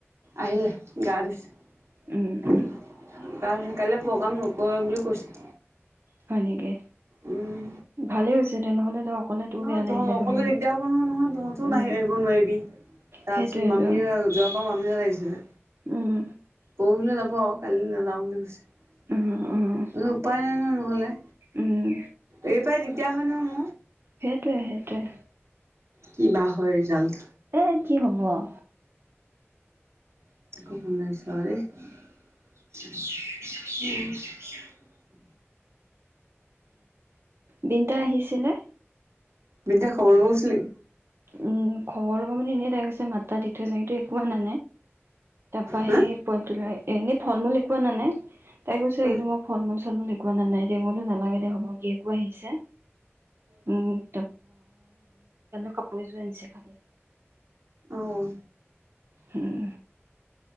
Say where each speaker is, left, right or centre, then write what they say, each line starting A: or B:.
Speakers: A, on the right (about 85°); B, on the right (about 60°).
A: আহিলে, গা ধুইছে।
B: উম, উম,
A: গা ধুৱা কাইলৈ প্ৰগ্ৰাম নকৰে বুলি কৈছে।
B: হয় নেকি?
A: উম
B: ভালে হৈছে <inaudible>
A: নহয়
B: বেয়া লাগিলে
A: তহঁ অকলে
B: হয়
A: দিগদাৰ হব নহয় নহয়, তহঁতো
B: উম,
A: নাহি আহিব নোৱাৰিবি, তাৰপিছত
B: সেইটোৱেটো
A: মামী, যোৱাবাৰ মামীহঁত আহিছিলে,
B: উম,
A: পৰহিলৈ যাব আও। কাইলে নাযাওঁ বুলি কৈছে।
B: উম, উম,
A: উপায় নাই ন নহলে,
B: উম,
A: এইৰ পাই দিগদাৰ হয় নহয়‌ মোৰ
B: সেইটোৱে, সেইটোৱে
A: কি বা হয়, ৰিজাল্ট
B: এ, কি হ'ব আউ
A: <unintelligible> <unintelligible> উম।
B: বিনতা আহিছিলে
A: বিনিতা খবৰ ল'ব গৈছিল নি
B: উম, খবৰ ল'ব মানে এনেই তাই গৈছে মাত‌ এটা দি থৈ যাওঁ‌ <unintelligible> কো আনা তাৰ পা
A: হা
B: সেই পোৱালীটো লৈ এনেই ফল মূল একো আনা নাই তাই কৈছে
A: অহ
B: কিন্ত মই ফল মূল, চল মূল এক কো আনা দেই, মই বোলো নালাগে দে হ'ব, গিয়েকো আহিছে। উম, ত <unintelligible> কাপোৰ এযোৰ আনিছে খালি
A: অহ
B: হম।